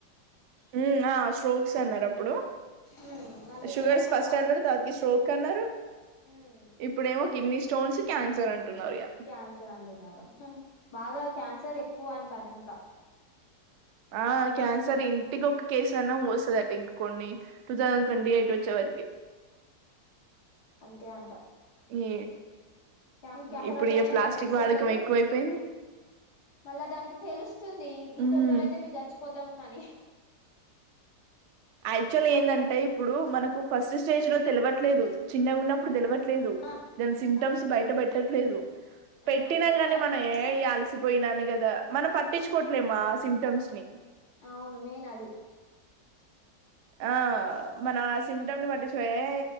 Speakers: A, on the right; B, on the left.
A: హు ఆం స్ట్రోక్స్ అన్నారు అప్పుడు
B: మ్మ్ మళ్ళీ
A: షుగర్స్
B: ఇప్పుడేమో
A: ఫస్ట్ అన్నారు తకి స్ట్రోక్ అన్నారు
B: మ్మ్
A: ఇప్పుడేమో కిడ్నీ స్టోన్స్ క్యాన్సర్ అంటున్నారు ఇగా
B: క్యాన్సర్ అంటున్నారు బాగా క్యాన్సర్ ఎక్కువ అంటారు ఇంకా
A: ఆ క్యాన్సర్ ఇన్ ఇంటికొ ఒక్క కేసన్నయ అన్నా వస్తుందట ఇంక కొన్ని టూ థౌసండ్ ట్వంటీ యైట్ వచ్చే వరకి
B: అంతే అంట
A: ఈ
B: ఉం క్యాన్సర్
A: ఇప్పుడు
B: అ
A: ఇగ ప్లాస్టిక్
B: మెడిసిన్
A: వాడకం
B: లేదు
A: ఎక్కువైపోయింది
B: మళ్ళా దానికి తెలుస్తుంది
A: హ్మ్
B: ఇంకొన్ని రోజు అయితే మేము చచ్చిపోతాం అని
A: యాక్చువల్
B: అట్లే
A: ఏందంటే ఇప్పుడు మనకు ఫస్ట్ స్టేజ్ లో తెలవట్లేదు చిన్నగా ఉన్నప్పుడు తెలవట్
B: ఆ
A: దాని సిటమ్స్
B: అది
A: బయట పెట్టట్లేదు పెట్టినా
B: ఆహా ఎక్కువయినంకనే
A: కాని మనం అల్సిపోయినా కదా మనం పట్టించుకోవట్లేమా ఆ సిమ్టమ్స్ ని
B: అవును మెయిన్ అది
A: ఆ మన సిమ్టమ్ ని పట్టించిపోయే